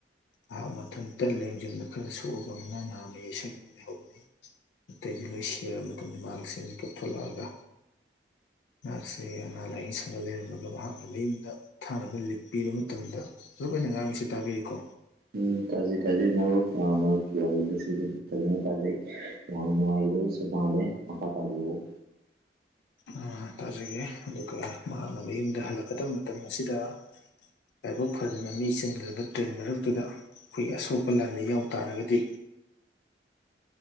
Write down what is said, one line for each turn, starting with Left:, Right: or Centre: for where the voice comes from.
Left: ꯃꯍꯥꯛ ꯃꯊꯟꯇ ꯂꯦꯡꯖꯨꯝꯗ ꯈꯔ ꯁꯣꯛꯑꯒ ꯑꯃꯅꯥ ꯅꯥꯝ ꯑꯃ ꯌꯩꯁꯜꯂꯒ ꯂꯩꯍꯧꯕꯅꯤ ꯑꯇꯩꯗꯤ ꯂꯣꯏ ꯁꯤꯔꯕ ꯃꯇꯝꯗ ꯃꯍꯥꯛꯁꯤ ꯃꯤꯀꯥꯞꯊ‌ꯣꯂꯛꯑꯒ ꯃꯍꯥꯛꯁꯦ ꯑꯅꯥ ꯂꯥꯏꯌꯦꯡ ꯁꯪꯔꯝꯃꯒ ꯃꯍꯥꯛꯅ ꯃꯌꯨꯝꯗ ꯊꯥꯅꯕ ꯂꯤꯞ ꯄꯤꯕ ꯃꯇꯝꯗ ꯃꯔꯨꯞ ꯑꯩꯅ ꯉꯥꯡꯉꯤꯁꯤ ꯇꯥꯕꯤꯔꯤꯀꯣ
Right: ꯎꯝ ꯇꯥꯖꯩ ꯇꯥꯖꯩ ꯃꯔꯨꯞ ꯑ ꯃꯔꯨꯞꯀꯤ ꯋꯥꯔꯤꯗꯨꯁꯨ ꯑꯗꯨꯝ ꯐꯖꯅ ꯇꯖꯩ ꯌꯥꯝꯅ ꯅꯨꯡꯉꯥꯏꯒꯗꯁꯨ ꯃꯥꯜꯂꯦ ꯃꯈꯥ ꯇꯥꯕꯤꯔꯛꯎ
Left: ꯑ‌ ꯇꯥꯖꯒꯦ ꯑꯗꯨꯒ ꯃꯍꯥꯛꯅ ꯃꯌꯨꯝꯗ ꯍꯜꯂꯛꯀꯗꯕ ꯃꯇꯝ ꯑꯁꯤꯗ ꯂꯥꯏꯕꯛ ꯐꯗꯅ ꯃꯤ ꯆꯤꯟꯈ꯭ꯔꯕ ꯇ꯭ꯔꯦꯟ ꯃꯔꯛꯇꯨꯗ ꯑꯩꯈꯣꯏꯒꯤ ꯑꯁꯣꯛꯄ ꯂꯥꯟꯗ ꯌꯥꯎ ꯇꯥꯔꯒꯗꯤ